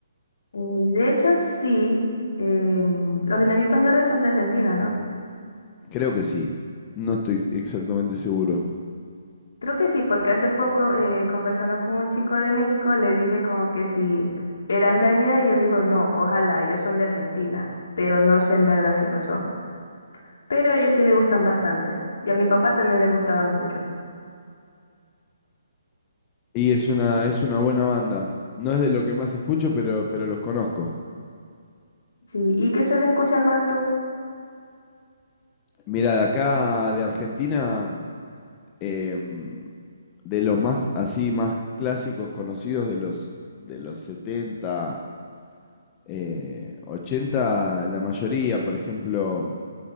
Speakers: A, on the left; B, on the left.
A: eh, de hecho, sí, em, los Enanitos Verdes son de Argentina, ¿no?
B: Creo que sí, no estoy exactamente seguro.
A: Creo que sí, porque hace poco eh, conversando con un chico de México le dije como que si eran de allá y él me dijo, no, ojalá, ellos son de Argentina, pero no sé en verdad si lo son. Pero ellos sí me gustan bastante y a mi papá también le gustaban mucho.
B: Y es una, es una buena banda. No es de lo que más escucho, pero, pero los conozco.
A: Sí, ¿y qué sueles escuchar más tú?
B: Mira, de acá, de Argentina, em, de los más así, más clásicos conocidos de los, de los 70, eh, 80, la mayoría, por ejemplo,